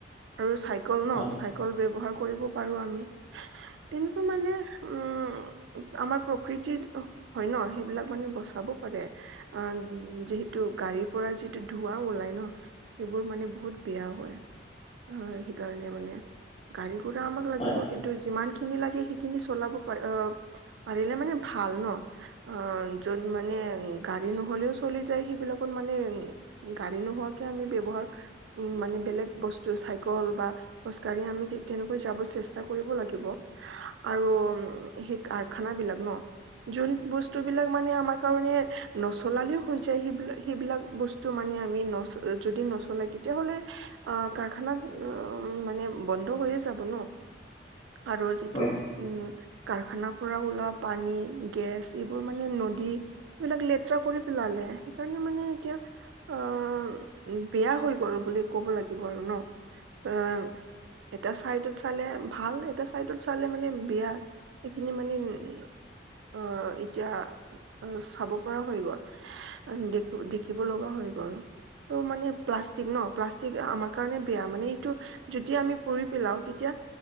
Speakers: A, on the right; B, on the left.
A: আৰু চাইকল ন,
B: হয়
A: চাইকল ব্যৱহাৰ কৰিব পাৰো আমি। তেনেকুৱা মানে উম, আমাৰ প্ৰকৃতিৰ <inaudible> হয় ন, সেইবিলাক মানে বচাব পাৰে। অ' যিহেতু গাড়ীৰ পৰা যিটো ধোৱা ওলাই ন, সেইবোৰ মানে বহুত বেয়া হয়। অ' সেইকাৰণে মানে গাড়ী গুৰা আমাক লাগিব।
B: হয়
A: কিন্তু যিমান খিনি লাগে, সেইখিনি চলাব পাৰে অ'। পাৰিলে মানে ভাল ন' আ য'ত মানে গাড়ী নহ'লেও চলি যায় সেইবিলাকত মানে গাড়ী নোহোৱাকে আমি ব্যৱহাৰ উম মানে বেলেগ বস্তু চাইকেল বা খোজকাঢ়ি আমি তে-তেনেকৈ যাব চেষ্টা কৰিব লাগিব। আৰু ম সেই কাৰখানা বিলাক ন' যোন বস্তুবিলাক মানে আমাৰ কাৰণে নচলালেও হৈ যায় সেইবিলাক--সেইবিলাক বস্তু মানে আমি নচ যদি নচলাকে তেতিয়াহ'লে আ কাৰখানা উম মানে বন্ধ হৈয়ে যাব ন'? আৰু যিটোক
B: হয়
A: উম, কাৰখানাৰ পৰা ওলোৱা পানী, গেছ এইবোৰ মানে, নদী এইবিলাক লেতেৰা কৰি পেলালে। সেইকাৰণে মানে এতিয়া আঁ--বেয়া হৈ গ'ল বুলি ক'ব লাগিব আৰু ন '? এ এটা চাইডত চালে ভাল, এটা চাইডত চালে মানে বেয়া। সেইখিনি মানে উম আঁ--এতিয়া আ চাব পৰা হৈ গ'ল। দেখো দেখিব লগা হৈ গ'ল। ত' মানে প্লাছ ষ্টিক ন'? প্লাষ্টিক আমাৰ কাৰণে বেয়া। মানে এইটো যেতিয়া আমি পুৰি পেলাওঁ তেতিয়া